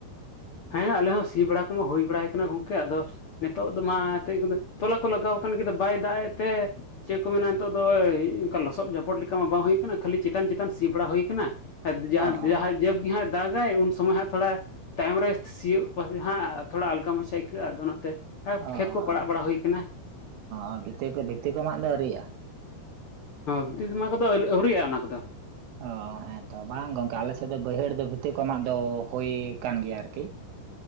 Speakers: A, on the left (about 70°); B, on the right (about 85°).
A: ᱦᱮᱸ ᱟᱞᱮ ᱦᱚᱸ ᱥᱤ ᱵᱟᱲᱟ ᱠᱚᱢᱟ ᱦᱩᱭ ᱵᱟᱲᱟᱭ ᱠᱟᱱᱟ ᱜᱚᱝᱠᱮ ᱟᱫᱚ ᱱᱤᱛᱚᱜ ᱫᱚ ᱢᱟ ᱮᱱᱛᱮᱫ ᱛᱚᱞᱟ ᱠᱚ ᱞᱟᱜᱟᱣ ᱠᱟᱱ ᱜᱮ ᱵᱟᱭ ᱫᱟᱜ ᱮ ᱛᱮ ᱪᱮᱫ ᱠᱚ ᱢᱮᱱᱟ ᱱᱤᱛᱚᱜ ᱫᱚ ᱚᱱᱠᱟ ᱞᱚᱥᱚᱫ ᱡᱟᱯᱚᱫ ᱞᱮᱠᱟ ᱢᱟ ᱵᱟᱝ ᱦᱩᱭ ᱠᱟᱱᱟ ᱠᱷᱟᱹᱞᱤ ᱪᱮᱛᱟᱱ ᱪᱮᱛᱟᱱ ᱥᱤ ᱵᱟᱲᱟ ᱦᱩᱭ ᱟᱠᱟᱱᱟ ᱟᱨ ᱡᱟᱦᱟᱸ
B: ᱚ ᱚ
A: ᱡᱟᱦᱟᱸ ᱡᱟᱹᱵᱽ ᱜᱮ ᱦᱟᱸᱜ ᱫᱟᱜᱟᱭ ᱩᱱ ᱥᱚᱢᱚᱭ ᱦᱟᱸᱜ ᱛᱷᱚᱲᱟ ᱛᱟᱭᱚᱢ ᱨᱮ ᱥᱤᱭᱩᱜ ᱦᱟᱸᱜ ᱛᱷᱚᱲᱟ ᱟᱞᱜᱟ ᱢᱟᱪᱷᱟ ᱟᱹᱭᱠᱟᱹᱜᱼᱟ ᱟᱫᱚ ᱚᱱᱟᱛᱮ
B: ᱚ ᱚ
A: ᱠᱷᱮᱛ ᱠᱚ ᱯᱟᱲᱟᱜ ᱵᱟᱲᱟ ᱦᱩᱭ ᱠᱟᱱᱟ
B: ᱚ ᱤᱛᱟᱹ ᱠᱚ ᱵᱷᱤᱛᱤ ᱠᱚ ᱢᱟᱜ ᱫᱚ ᱟᱹᱣᱨᱤᱭᱟᱜᱼᱟ
A: ᱦᱤᱛᱤᱱ ᱥᱚᱭ ᱠᱚᱫᱚ ᱟᱹᱣᱨᱤᱭᱟᱜᱼᱟ ᱚᱱᱟ ᱠᱚᱫᱚ
B: ᱚ ᱦᱮᱸ ᱛᱚ ᱵᱟᱝ ᱜᱚᱝᱠᱮ ᱟᱞᱮᱥᱮᱫ ᱫᱚ ᱵᱟᱹᱭᱦᱟᱹᱲ ᱫᱚ ᱵᱷᱤᱛᱤᱨ ᱠᱚ ᱢᱟᱜ ᱫᱚ ᱦᱩᱭ ᱟᱠᱟᱱ ᱜᱮᱭᱟ ᱟᱨᱠᱤ